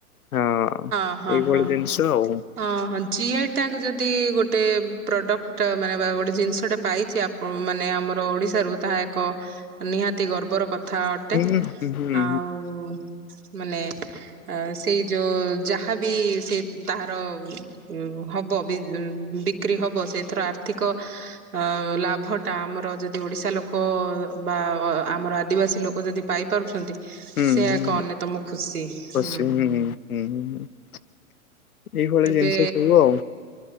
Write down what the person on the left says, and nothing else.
ହଁ
ଏଇଭଳି ଜିନିଷ ଆଉ
ହୁଁ ହୁଁ ହୁଁ ହୁଁ
ହୁଁ
ହୁଁ।
<unintelligible>
ହୁଁ ହୁଁ ଏଇଭଳି
ଜିନିଷ ସବୁ ଆଉ।